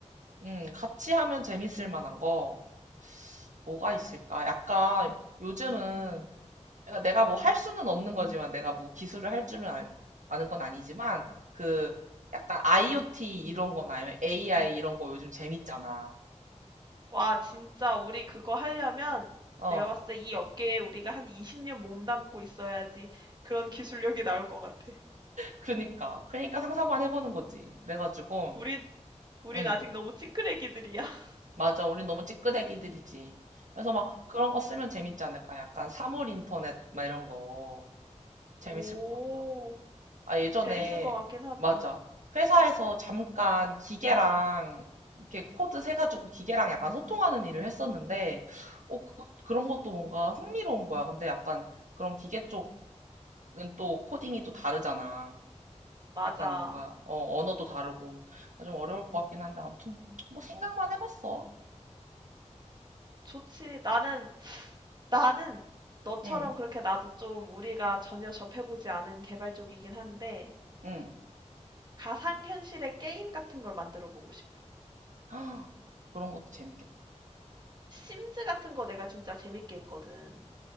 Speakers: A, on the right; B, on the right.
A: 음, 같이 하면 재밌을 만한 거 뭐가 있을까? 약간 요즘은 그러니까 내가 뭐 할 수는 없는 거지만 내가 뭐 기술을 할 줄은 아, 아는 건 아니지만 그 약간 IoT 이런 거나 아니면 AI 이런 거 요즘 재밌잖아.
B: 와, 진짜 우리 그거 하려면
A: 어,
B: 내가 봤을 때 이 업계에 우리가 한 20년 몸담고 있어야지 그런 기술력이 나올 것 같아.
A: 그러니까 그러니까 상상만 해보는 거지. 그래가지고
B: 우린, 우린
A: 응,
B: 아직 너무 찌끄레기들이야. <laughs>
A: 맞아. 우린 너무 찌끄대기들이지. 그래서 막 그런 거 쓰면 재밌지 않을까? 약간 사물 인터넷 막 이런 거 재밌을
B: 오,
A: 것 같아. 아, 예전에,
B: 재밌을 것 같긴 하다.
A: 맞아. 회사에서 잠깐 기계랑, 이렇게 코드 세가지고 기계랑 약간 소통하는 일을 했었는데, 어, 그것, 그런 것도 뭔가 흥미로운 거야. 근데 약간 그런 기계 쪽은 또 코딩이 또 다르잖아.
B: 맞아.
A: 약간 뭔가, 어, 언어도 다르고. 그러니까 좀 어려울 것 같긴 한데, 아무튼, 뭐 생각만 해봤어.
B: 좋지. 나는, 나는 너처럼
A: 응,
B: 그렇게 나도 좀 우리가 전혀 접해보지 않은 개발 쪽이긴 한데
A: 응.
B: 가상현실의 게임 같은 걸 만들어 보고 싶어.
A: <gasps> 아, 그런 것도 재밌겠다.
B: 심즈 같은 거 내가 진짜 재밌게 했거든.